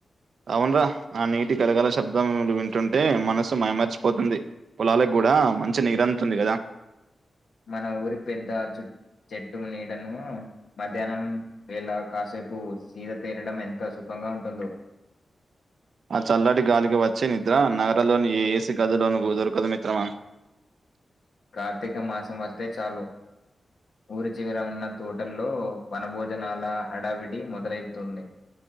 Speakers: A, on the right; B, on the left.
A: అవున్రా ఆ నీటి గలగల శబ్దం వింటుంటే మనస్సు మయిమర్చిపోతుంది పొలాలకు గు కూడా మంచి నీరు అందుతుంది కదా
B: మన ఊరి పెద్ద చు చెట్టు నీడను మధ్యాహ్నం వేళ కాసేపు సీద తీరడం ఎంత సుఖంగా ఉంటుందో
A: ఆ చల్లటి గాలికి వచ్చే నిద్ర నగరలోని ఏసి గదిలోను దొరకదు మిత్రమా
B: కార్తీక మాసం వస్తే చాలు ఊరి చివర ఉన్న తోటల్లో వనభోజనాల హడావిడి మొదలైతుంది